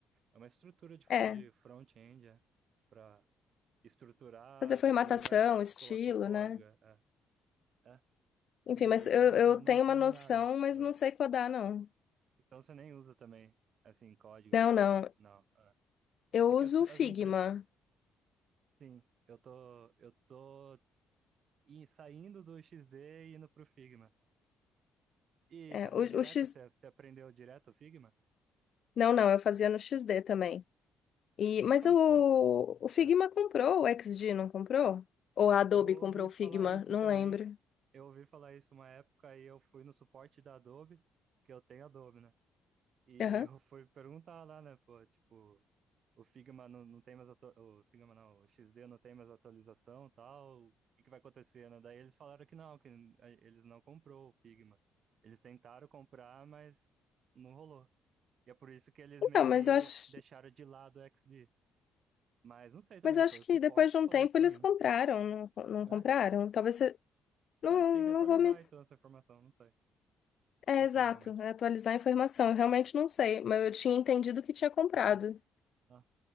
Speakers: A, on the right; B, on the left.
A: é uma estrutura de,
B: É.
A: de front-end, é, para estruturar,
B: Fazer formatação,
A: depois vai
B: estilo,
A: coloca o código,
B: né?
A: é, é. é.
B: Enfim,
A: E
B: mas eu,
A: é, mas
B: eu
A: eu não
B: tenho
A: entendo
B: uma noção,
A: nada.
B: mas
A: Eu-
B: não sei codar, não.
A: então você nem usa também, assim, código
B: Não,
A: e alguma.
B: não.
A: Não. É,
B: Eu
A: é que
B: uso
A: as,
B: o
A: as
B: Figma.
A: empresas Sim, eu tô, eu tô in- saindo do XD e indo pro Figma. E
B: É,
A: você foi
B: o,
A: direto?
B: o X...
A: Você, você aprendeu direto o Figma?
B: Não, não, eu fazia no X D também. E,
A: E,
B: mas
A: e como,
B: o,
A: pô,
B: o Figma
A: é,
B: comprou, o X D não comprou? Ou a Adobe
A: eu ouvi
B: comprou
A: falar
B: o Figma?
A: isso
B: Não
A: também.
B: lembro.
A: Eu ouvi falar isso uma época e eu fui no suporte da Adobe, que eu tenho Adobe, né? E
B: Aham.
A: eu <laughs> fui perguntar lá, né, pô, tipo, o Figma não, não tem mais, atu- o Figma não, o XD não tem mais atualização, e tal, o que que vai acontecer, né? Daí eles falaram que não, que n- a- eles não comprou o Figma. Eles tentaram comprar, mas não rolou. E é por isso que eles
B: Então,
A: meio
B: mas
A: que
B: eu acho,
A: deixaram de lado o XD. Mas não sei também,
B: mas eu
A: foi
B: acho
A: o
B: que
A: suporte
B: depois de
A: que
B: um
A: falou
B: tempo
A: isso pra
B: eles
A: mim,
B: compraram, não, não
A: né?
B: compraram? Talvez você... Não,
A: É, tem
B: não
A: que atualizar
B: vou me...
A: então essa informação, não sei,
B: É,
A: não
B: exato,
A: sei realmente.
B: é atualizar a informação. Eu realmente não sei, mas eu tinha entendido que tinha comprado.
A: Ah,